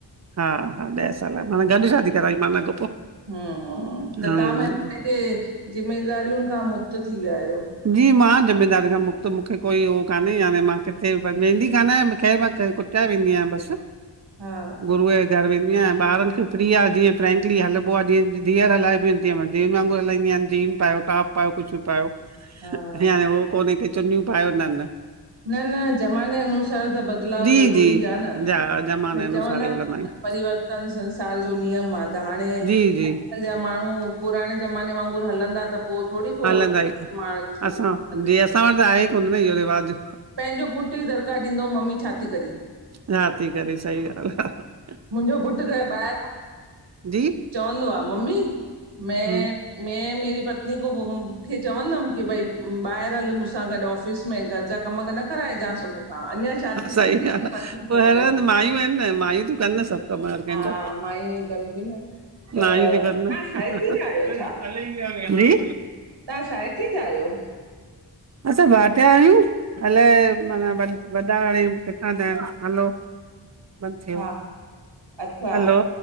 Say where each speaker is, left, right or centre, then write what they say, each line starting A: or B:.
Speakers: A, on the right; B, on the right.
A: हा, हा ॾह साल माना गॾ शादी कराई माना अॻो पो।
B: ह ह त
A: हूं
B: तव्हां पैंजे ज़िमेदारियुन खां मुक्त थी विया आयो।
A: जी, मां ज़िमेदारुन खां मुक्त मूंखे कोई हो कान्हे। हाणे मां किथे व वेंदी कान आयां ख़ैर मां कुटिया वेंदी आ बस,
B: हा
A: गुरूअ जे घर वेंदी आहियां ॿारनि खे फ्री आहे जीअं फ्रंकली हलबो आहे जीअ धीयर हलाइबी आहिनि तीअं धीयर वागुरु हलादीयां जीअं पायो टॉप पायो कुझु पायो
B: हा
A: याने उ कोनहे की चुनियूं पायो न न
B: न न ज़माने अनुसार त बदिलाव
A: जी
B: ज़रूरी
A: जी
B: आहे न
A: जा ज़माने
B: भई
A: अनुसार
B: चवंदा
A: ई हलंदा आहियूं
B: परिवर्तन संसार जो नियम आहे त हाणे
A: जी जी
B: अॼु जा माण्हू पुराणे ज़माने वांगुरु हलंदा त पोइ थोरी को
A: हलंदा ई
B: मां छोकिरियूं
A: असां
B: कंदियूं
A: जी असां वटि त आहे ई कोन न इहो रिवाजु
B: पंहिंजो पुटु ई दरकारु ॾींदो हु ममी छा थी करी
A: न थी करे सही ॻाल्हि आहे
B: मुंहिंजो पुटु त ॿाहिरि
A: जी
B: चवंदो आहे मम्मी मैं
A: हूं
B: मै मेरी पत्नी को खे चवंदमि की भई ॿाहिरि हल मूंसां गॾु ऑफ़िस में करजा कम न कराइजांसि उन तां अञा शादी
A: सही
B: कोन्ह
A: ॻाल्हि
B: थी
A: आ
B: <inaudible> पवंदो
A: पोइ हर हंधि मायूं आहिनि न मायूं तूं कनि न सभु कम कंहिंजा
B: हा मायूं ई कनि थियूं न त तव्हां
A: मायूं ती कनि न
B: साइती
A: ह
B: जा आहियो
A: ह
B: छा
A: ह नहीं
B: तव्हां साय थी <unintelligible> जा आहियो
A: असां भाटिया आहियूं अलाए माना व वॾा हाणे किथां था आहिनि हलो बंदि थी वियो
B: हा अच्छा
A: हलो